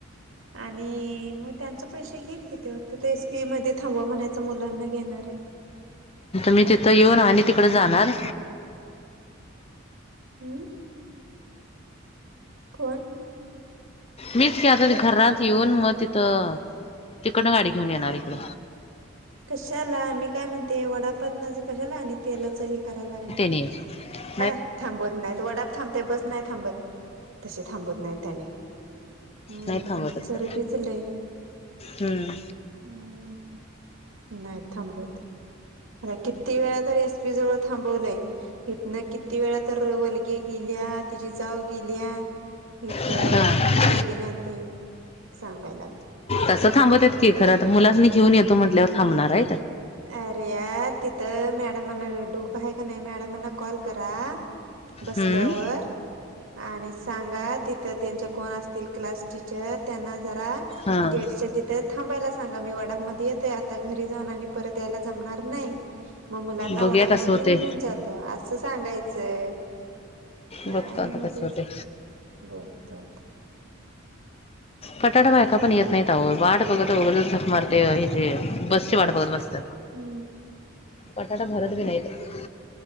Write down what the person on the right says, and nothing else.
आणि मग त्यांच पैसे घेईल कि ते एसपी मध्ये थांबवा म्हणायचं मुलांना घेणार आहे
हम्म फोन
कशाला मी काय म्हणते वडापातन कशाला आणि तेलाच हे करायला लागला
ह थांबत नाहीत वडाप थांबते बस नाही थांबत तसे थांबत नाही त्याने हम्म
चर भिचलय
हम् नाही थांबवत आता किती वेळा तर एसपी जवळ थांबवलंय इथन किती वेळा तर वलगे गेल्या तिची जाऊ गेल्या इथं
मिीटिंग गेल्या आणि ते सांगायला
अरे या तिथं मॅडमांनाडूक आहे का नाही मॅडमना कॉल क बस
वर आणि सांगा तिथं त्यांच्या कोण असतील क्लास टीचर त्यांना जरा
गेटच्या तिथे थांबायला सांगा मी वडामध्येध्ये येतोय आता घरी जाऊन आणि यायला जम नाही मग मुलांना
वडाप
म घेऊन
जात त असं सांगायचंय काय
नव्हतेच
बघतात
हम्म,